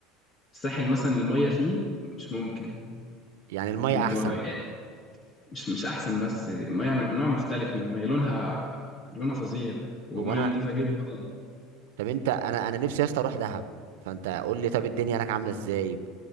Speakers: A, on the left; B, on the right.
A: الساحل مثلا المية فيه مش ممكن
B: يعني الميه
A: انت
B: احسن
A: يعني مش مش احسن بس المية م- نوع مختلف من المية لونها لونها فظيع ومية
B: هو انا
A: نظيفة جدا
B: طب انت انا انا نفسي يا اسطى اروح دهب فانت قول لي طب الدنيا هناك عامله ازاي